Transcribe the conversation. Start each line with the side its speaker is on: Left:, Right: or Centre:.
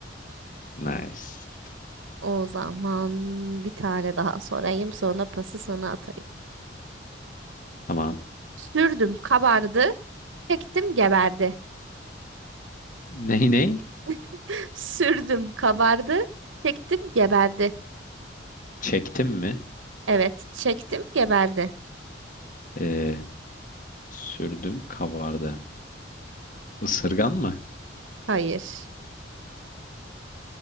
Left: Nice.
Right: O zaman bir tane daha sorayım. Sonra pası sana atayım.
Left: Tamam.
Right: Sürdüm kabardı. Çektim geberdi.
Left: Ney ney?
Right: <laughs> Sürdüm kabardı. Çektim geberdi.
Left: Çektim mi?
Right: Evet. Çektim geberdi.
Left: Ee, sürdüm kabardı. Isırgan mı?
Right: Hayır.